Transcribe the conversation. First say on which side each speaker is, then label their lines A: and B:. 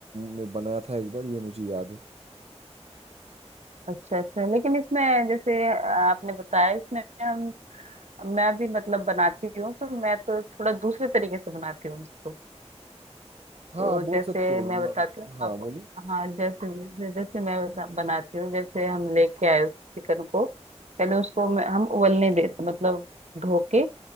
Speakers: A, on the right; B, on the right.
A: में बनाया था एक बार ये मुझे याद है
B: अच्छा अच्छा लेकिन इसमें जैसे आपने बताया इसमें हम मैं भी मतलब बनाती हूँ तो मैं तो थोड़ा दूसरे तरीके से बनाती हूँ इसको
A: हाँ
B: तो
A: आप बोल
B: जैसे
A: सकते हैं
B: मैं
A: म-
B: बताती हूँ
A: हाँ
B: आप
A: बोलिए
B: हाँ जैसे जैसे जैसे मैं बता, बनाती हूँ जैसे हम लेके आए उस चिकन को पहले उसको मैं, हम उबलने देते मतलब धो के